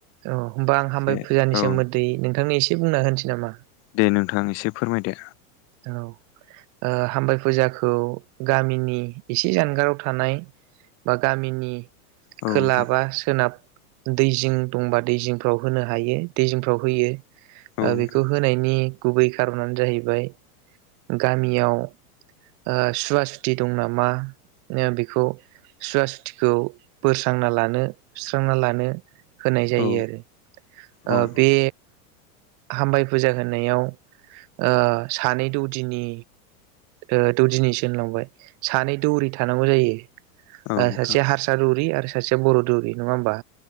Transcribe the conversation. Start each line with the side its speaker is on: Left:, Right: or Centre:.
Right: औ होमबा आं
Left: एसे
Right: हामबाय फुजानि
Left: औ
Right: सोमोन्दै नोंथांनो एसे बुंना होनोसै नामा?
Left: दे नोंथां एसे फोरमायदो।
Right: औ। ओ हामबाय फुजाखौ गामिनि एसे जानगाराव थानाय बा गामिनि
Left: औ
Right: खोला
Left: नोंथां
Right: बा सोनाब दै जिं दंबा दै जिंफ्राव होनो हायो दै जिंफ्राव होयो।
Left: औ
Right: ओ
Left: नोंथां
Right: बेखौ होनायनि गुबै खार'नानो जाहैबाय गामियाव ओ सुवा सुथि दं नामा ओ बेखौ सुवा सुथिखौ बोस्रांना लानो सुस्रांना लानो होनाय जायो
Left: औ
Right: आरो ओ
Left: अ
Right: बे हामबाय फुजा होनायाव ओ सानै दौदिनि ओ दौदिनिसो होनलांबाय सानै दौरि थानांगौ जायो। ओ
Left: औ नोंथां
Right: सासेया हारसा दौरि आरो सासेया बर' दौरि नङा होमबा?